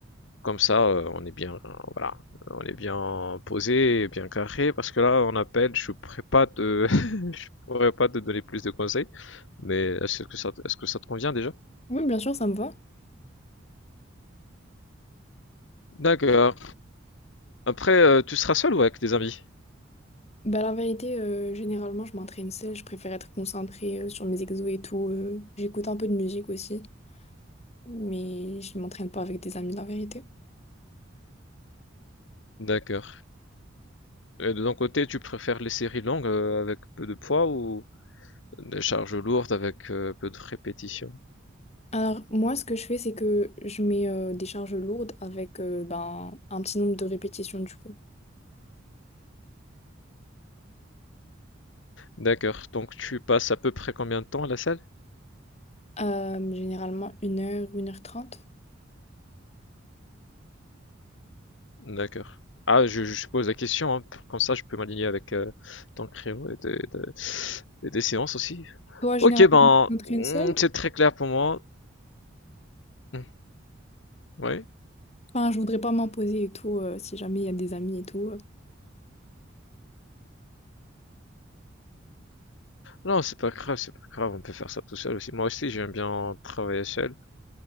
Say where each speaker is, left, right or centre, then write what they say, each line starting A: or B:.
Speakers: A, on the left (about 65°); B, on the left (about 35°).
A: Comme ça, euh, on est bien, euh, voilà, on est bien posé, bien carré. Parce que là, on appelle, je pourrais pas te, <laughs> je pourrais pas te donner plus de conseils. Mais est-ce que ça, est-ce que ça te convient déjà?
B: oui, bien sûr, ça me va.
A: D'accord. Après, euh, tu seras seul ou avec des amis?
B: Bah, la vérité, euh, généralement, je m'entraîne seule. Je préfère être concentrée euh, sur mes exos et tout. euh, j'écoute un peu de musique aussi, mais je ne m'entraîne pas avec des amis, la vérité.
A: D'accord. Et de ton côté, tu préfères les séries longues euh, avec peu de poids ou des charges lourdes avec euh, peu de répétitions?
B: Alors, moi, ce que je fais, c'est que je mets euh, des charges lourdes avec euh, ben, un petit nombre de répétitions, du coup.
A: D'accord. Donc tu passes à peu près combien de temps à la salle?
B: Euh, généralement, une heure, une heure trente.
A: D'accord. Ah, je, je pose la question, hein, pour- comme ça je peux m'aligner avec euh, ton créneau et tes, tes- et tes séances aussi.
B: Toi, généralement,
A: Ok, ben,
B: tu t'entraînes
A: hmm,
B: seule?
A: c'est très clair pour moi. Hmm, Oui.
B: Enfin, je voudrais pas m'imposer et tout, euh, si jamais il y a des amis et tout. euh.
A: Non, c'est pas grave, c'est pas grave, on peut faire ça tout seul aussi. Moi aussi, j'aime bien travailler seul